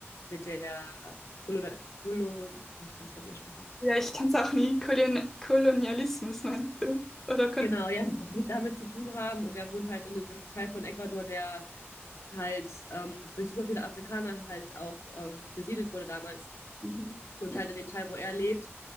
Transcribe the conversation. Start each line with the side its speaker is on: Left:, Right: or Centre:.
Left: mit der Kolon, Kolon, oh, ich kann das Wort nicht aussprechen.
Centre: Ja, ich kann es auch nie. Kolon Kolonialismus meinst du? Oder kon
Left: Genau, ja, <laughs> damit zu tun haben. Und der wohnt halt in einem Teil von Ecuador, der halt ähm, durch super viele Afrikaner halt auch ähm, besiedelt wurde damals.
Centre: mhm.
Left: Und
Centre: Ja,
Left: halt in dem Teil, wo er lebt,